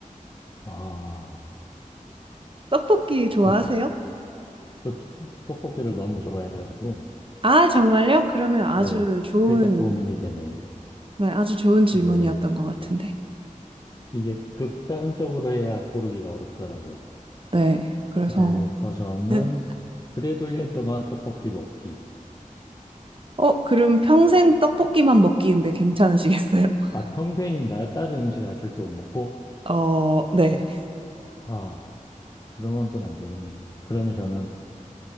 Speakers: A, on the left (about 25°); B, on the right (about 40°).
A: 아,
B: 떡볶이 좋아하세요?
A: 그렇구나. 또, 떡볶이를 너무 좋아해가지고,
B: 아, 정말요? 그러면 아주
A: 네.
B: 좋은,
A: 그러니까 고민이 되네요.
B: 네, 아주 좋은 질문이었던
A: 네.
B: 것 같은데.
A: 이게 극단적으로 해야 고르기가 어렵더라고요.
B: 네, 그래서.
A: 그래서 저는
B: <laughs>
A: 그래도 1년 동안 떡볶이 먹기.
B: 어, 그럼 평생 떡볶이만 먹기인데 괜찮으시겠어요? <laughs>
A: 아, 평생인가요? 다른 음식 아예 절대 못 먹고?
B: 어, 네.
A: 아, 그러면 또 안 되겠네. 그러면 저는